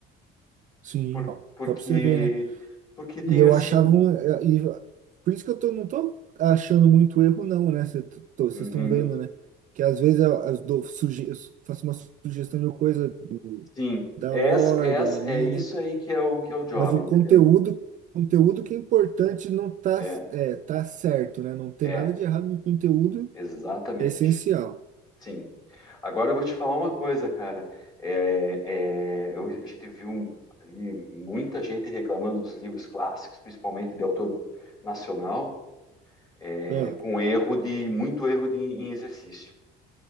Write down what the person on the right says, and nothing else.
Sim,
Bom,
só para você ver, né?
E eu
achava um, eh, e, por isso que eu tô, não tô achando muito erro não, né? Vocês
estão vendo, né? Que às vezes eu, as dou- suge- eu faço uma sugestão de uma coisa do-
da
ordem
ali,
né?
Mas o
conteúdo, conteúdo que é importante não tá,
é, tá certo, né? Não tem
nada de errado no conteúdo,
é essencial.
Ó,